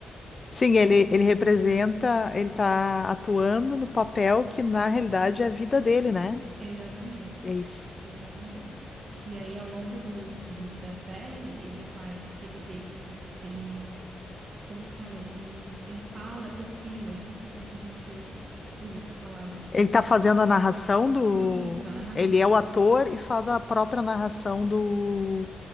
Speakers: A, on the left; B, on the right.
A: Sim, ele, ele representa, ele tá atuando no papel que na realidade é a vida dele, né?
B: Exatamente,
A: É isso.
B: exatamente. E aí, ao longo do, do- da série, ele vai, porque ele, ele, ele, como que fala? Ele, ele fala por cima, eu esqueci como é que a gente usa essa palavra, tipo,
A: Ele
B: ele-
A: tá fazendo a narração do.
B: isso, a narração.
A: Ele é o ator e faz a própria narração do